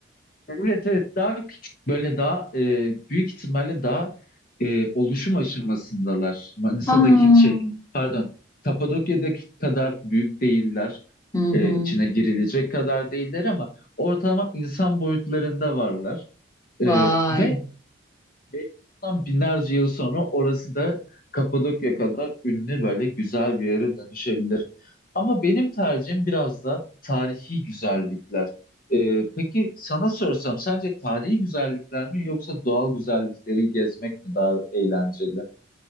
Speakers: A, on the left; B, on the left.
A: Evet evet daha küçük böyle daha e, büyük ihtimalle daha e, oluşum aşamasındalar. Manisa'daki
B: Aa.
A: şey pardon Kapadokya'daki kadar büyük değiller.
B: Hı hı.
A: E, içine girilecek kadar değiller ama ortalama insan boyutlarında varlar.
B: Vay.
A: E, ve Belki bundan binlerce yıl sonra orası da Kapadokya kadar ünlü böyle güzel bir yere dönüşebilir. Ama benim tercihim biraz da tarihi güzellikler. Ee, peki sana sorsam sence tarihi güzellikler mi yoksa doğal güzellikleri gezmek mi daha eğlenceli?